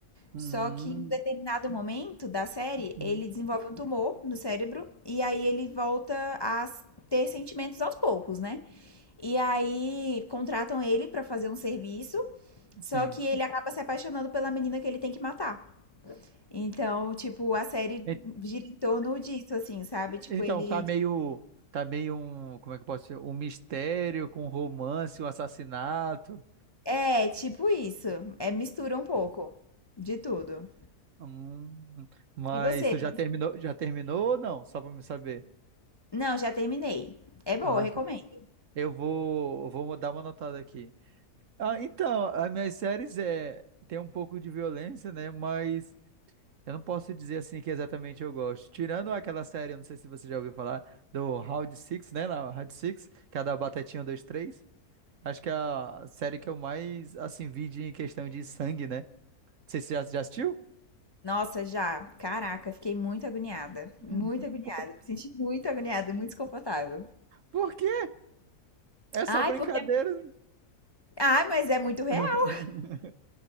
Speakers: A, on the right; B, on the left.
A: Hum,
B: Só que em um determinado momento da série,
A: hum,
B: ele desenvolve um tumor no cérebro e aí ele volta a s- ter sentimentos aos poucos, né? E aí contratam ele pra fazer um serviço, só
A: Sim.
B: que ele acaba se apaixonando pela menina que ele tem que matar. Então, tipo, a série
A: E-
B: gira em torno disso, assim, sabe? Tipo,
A: Então,
B: ele.
A: tá meio. Tá meio um. Como é que eu posso dizer? Um mistério com romance, um assassinato.
B: É, tipo isso. É mistura um pouco de tudo.
A: Hum, mas
B: E você?
A: tu já terminou, já terminou ou não? Só pra me saber.
B: Não, já terminei. É boa,
A: Ah,
B: eu recomendo.
A: tá. eu vou, eu vou dar uma notada aqui. Ah, então, as minhas séries é tem um pouco de violência, né? Mas eu não posso dizer assim que exatamente eu gosto. Tirando aquela série, eu não sei se você já ouviu falar do Round Six, né? Na Round Six, que é a da Batatinha 123. Acho que é a série que eu mais assim vi de em questão de sangue, né? Você já, já assistiu?
B: Nossa, já. Caraca, fiquei muito agoniada,
A: <laughs>
B: muito agoniada,
A: Por,
B: me senti muito agoniada, muito desconfortável.
A: por quê? É só
B: Ai,
A: brincadeira.
B: porque Ai, mas é muito real,
A: <laughs>